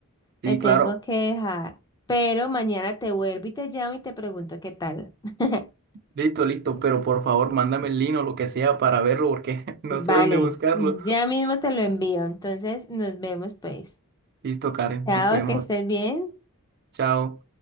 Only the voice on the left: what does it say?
Te tengo
que dejar, pero mañana te vuelvo y te llamo y te pregunto qué tal. <laughs>
Vale,
Ya mismo te lo envío, entonces nos vemos pues.
Chao,
que estés bien.